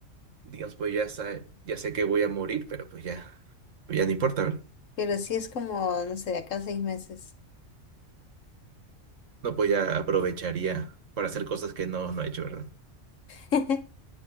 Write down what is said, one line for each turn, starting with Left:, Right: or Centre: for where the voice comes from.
Right: Digamos, pues ya sé, ya sé que voy a morir, pero pues ya. pues, Ya no importa, ¿verdad?
Left: Pero si es como, no sé, de acá a seis meses.
Right: No, pues ya aprovecharía para hacer cosas que no, no he hecho, ¿verdad?
Left: <laughs>